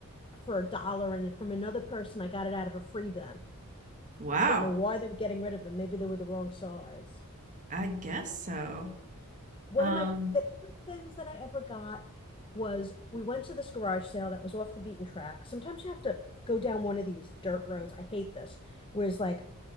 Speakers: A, on the left; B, on the right.
A: for a dollar and from another person I got it out of a free bin.
B: Wow.
A: Don't know why they were getting rid of them. Maybe they were the wrong size.
B: I guess so.
A: One
B: Um,
A: of my favorite things that I ever got was we went to this garage sale that was off the beaten track. Sometimes you have to go down one of these dirt roads. I hate this, where it's like